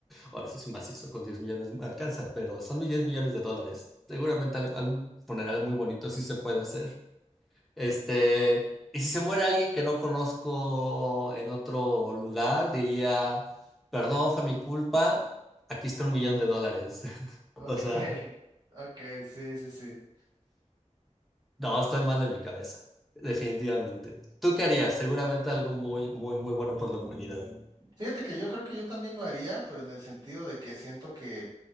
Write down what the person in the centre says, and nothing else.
Ahora sí es macizo, con 10 millones me alcanza, pero son 10 millones de dólares. Seguramente al- algún funeral muy bonito sí se puede hacer. Este, y si se muere alguien que no conozco en otro lugar, diría, perdón, fue mi culpa, aquí está un millón de dólares. <laughs>
O sea...
No, estoy mal de mi cabeza, definitivamente. ¿Tú qué harías? Seguramente algo muy, muy, muy bueno por la humanidad. ¿no?